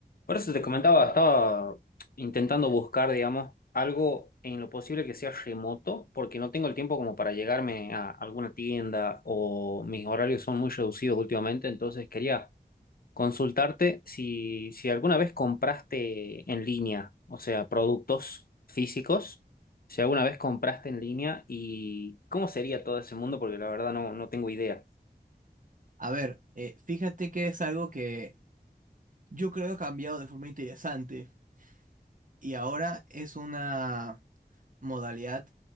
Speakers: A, on the left; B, on the right.
A: Por eso te comentaba, estaba intentando buscar, digamos, algo en lo posible que sea remoto, porque no tengo el tiempo como para llegarme a alguna tienda o mis horarios son muy reducidos últimamente, entonces quería consultarte si, si alguna vez compraste en línea, o sea, productos físicos, si alguna vez compraste en línea y cómo sería todo ese mundo, porque la verdad no, no tengo idea.
B: A ver, eh, fíjate que es algo que yo creo ha cambiado de forma interesante y ahora es una modalidad